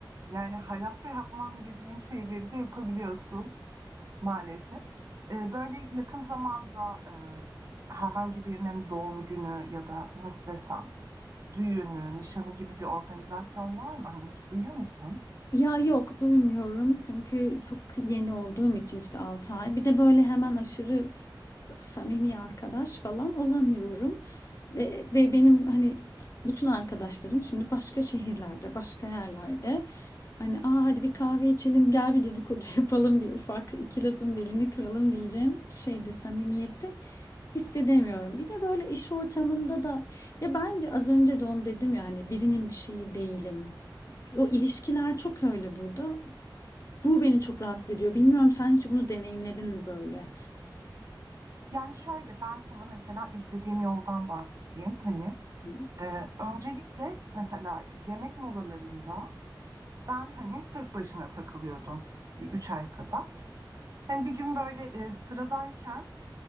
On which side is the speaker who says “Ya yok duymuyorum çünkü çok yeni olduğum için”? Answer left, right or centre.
Left